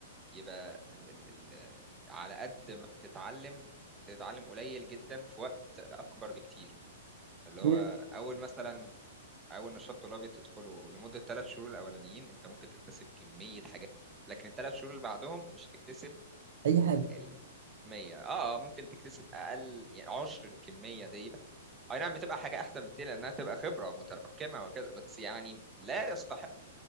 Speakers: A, on the right (about 20°); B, on the right (about 65°).
A: يبقى ال ال ال آه، على قد ما بتتعلم بتتعلم قليل جدا في وقت اكبر بكتير اللي
B: مم.
A: هو اول مثلا او النشاط الطلابي تدخله لمده ثلاث شهور الاولانيين انت ممكن تكتسب كميه حاجات لكن الثلاث شهور اللي بعدهم مش هتكتسب
B: اي حاجه
A: الكميه اه ممكن تكتسب اقل يعني عشر الكميه دي اي نعم بتبقى حاجه احسن بكتير لانها تبقى خبره متراكمه وكذا بس يعني لا يستحق